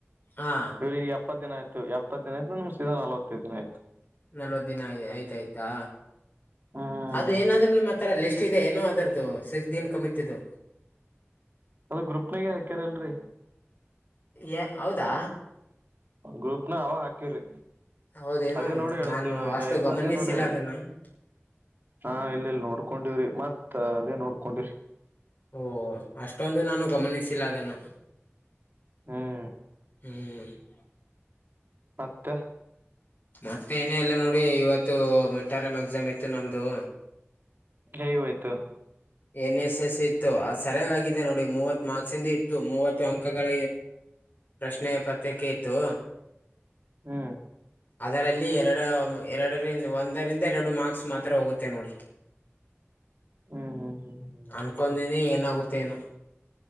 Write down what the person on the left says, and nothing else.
ಹಾ
ನಲ್ವತ್ ದಿನ ಆಯ್ತಾಯ್ತಾ
ಅದು ಏನಾದ್ರು ನಿಮ್ಮ ತರ ಲಿಸ್ಟ್ ಇದೆ ಏನೋ ಅದುರ್ದು ಸಿಕ್ಸ್ ದಿನ್ ಕಮಿತಿದ್ದು
ಏ ಹೌದಾ
ಹೌದೇನು
ನಾನು
ಅಷ್ಟು ಗಮನಿಸಿಲ್ಲ
ಅದನ್ನ
ಓ ಅಷ್ಟೊಂದ್ ನಾನು ಗಮನಿಸಿಲ್ಲ ಅದನ್ನ್
ಹ್ಮ್
ಮತ್ತೆ ಏನೇ ಇಲ್ಲ ನೋಡಿ ಇವತ್ತು ಮಿಟ್ಟರಂ ಎಕ್ಸಾಮ್ ಇತ್ತು ನಮ್ದು
ಎನ್ ಎಸ್ ಎಸ್ ಇತ್ತು ಅದ ಸರಿಯಾಗಿದೆ ನೋಡಿ ಮೂವತ್ ಮಾರ್ಕ್ಸ್ ಇಂದ ಇ ಇತ್ತು ಮೂವತ್ತು ಅಂಕಗಳ ಪ್ರಶ್ನೆ ಪತ್ರಿಕೆ ಇತ್ತು.
ಅದರಲ್ಲಿ ಎರಡು ಎರಡರಿ ಒಂದರಿಂದ ಎರಡು ಮಾರ್ಕ್ಸ್ ಮಾತ್ರ ಹೋಗುತ್ತೆ ನೋಡಿ.
ಅನ್ಕೊಂದಿನಿ ಏನಾಗುತ್ತೊಏನೋ